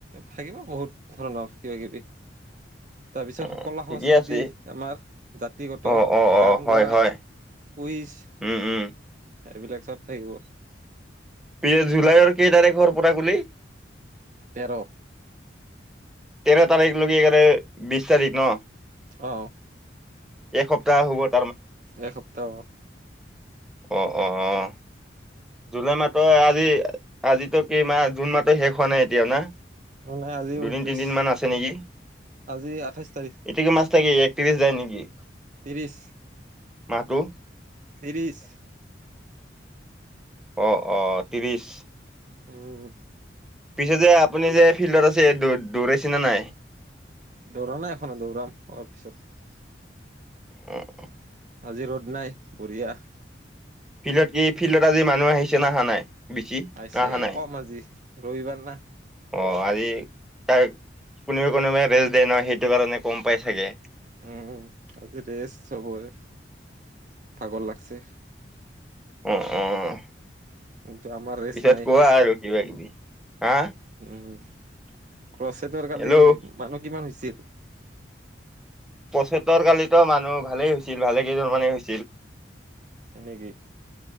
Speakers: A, on the right; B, in the centre.
A: থাকিব বহুত ধৰণৰ কিবা কিবি। তাৰপিছত
B: অ
A: কলা
B: ঠিকেই
A: সংস্কৃতি
B: আছে
A: আমাৰ জাতিগত
B: অ অ অ
A: গান
B: হয়
A: গোৱা।
B: হয়
A: কুইছ
B: উম উম
A: এইবিলাক চব থাকিব।
B: পি জুলাইৰ কেই তাৰিখৰ পৰা কুলি।
A: তেৰ
B: তেৰ তাৰিখ লৈকে বিশ তাৰিখ ন।
A: অঁ
B: এসপ্তাহ হবত
A: এসপ্তাহ।
B: অ অ অ জুলাই মাহৰ আজি আজো কেইমাহ জুন মাহত শেষ হোৱা নাই এতিয়াও না।
A: নাই আজি
B: দুদিন
A: ঊনত্ৰিশ
B: তিনিদিন মান আছে নেকি
A: আজি আঠাইশ তাৰিখ
B: এটো কি মাছ থাকে এক পিছ যায় নেকি।
A: ত্ৰিছ
B: মাতো
A: ত্ৰিশ
B: অঁ অঁ ত্ৰিছ
A: উম
B: পিছে যে আপুনি যে ফিল্ডত আছেৌ দৌৰেছেনে নাই।
A: দৌৰা নাই এখনো দৌৰাাম অলপ পিছত।
B: উ।
A: আজি ৰ'দ নাই বঢ়িয়া।
B: ফিল্ডত কি ফিল্ডত আজি মানুহ আহিছে নহা নাই। বেছি
A: পাইছে
B: না অহা নাই?
A: কম আজি ৰবিবাৰ না।
B: অ আজি তাই কোনোবে কোনোবাই ৰেষ্ট দিয়ে নহয় সেইটো কাৰণে কম পাই চাগে।
A: উম আজি ৰেছ চবৰে ভাগৰ লাগছে।
B: উম উম উম।
A: কিন্তু আমাৰ ৰেষ্ট
B: পিছত
A: নাই
B: কোৱা আৰু কিবা কিবি হা।
A: উম ক্ৰছেটৰ কালি
B: হেল্ল'
A: মানুহ কিমান হৈছিল।
B: পচেটৰ কালিতো মানুহ ভালেই হৈছিল ভালে কেইজনমানে হৈছিল।
A: এনেকেই।